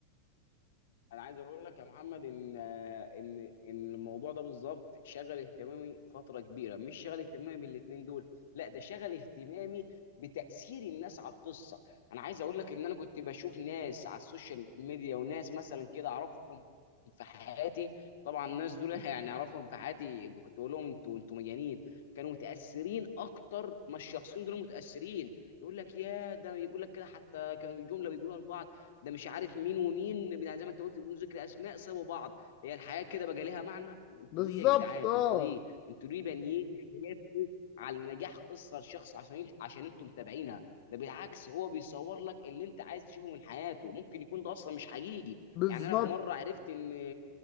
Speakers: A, on the left (about 55°); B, on the left (about 40°).
A: انا عايز اقول لك يا محمد ان ان ان الموضوع ده بالظبط شغل اهتمامي فتره كبيره مش شغل اهتمامي بالاتنين دول لا ده شغل اهتمامي بتاثير الناس على القصه انا عايز اقول لك ان انا كنت بشوف ناس على السوشيال ميديا وناس مثلا كده اعرفهم في حياتي طبعا الناس دول <laughs> يعني اعرفهم في حياتي كنت بقول لهم انتوا انتوا مجانين كانوا متاثرين اكتر ما الشخصين دول متاثرين يقول لك يا ده يقول لك كده حتى كانوا جمله بيقولوها لبعض ده مش عارف مين ومين بتاع زي ما انت قلت بدون ذكر اسماء سابوا بعض هي الحياه كده بقى ليها معنى انتوا
B: بالظبط
A: ايه يا جدعان
B: اه
A: انتوا ايه انتوا ليه بانيين حياتكم على نجاح قصه لشخص عشان عشان انتوا متابعينها ده بالعكس هو بيصور لك اللي انت عايز تشوفه من حياته ممكن يكون ده اصلا مش حقيقي
B: بالظبط
A: يعني انا في مره عرفت ان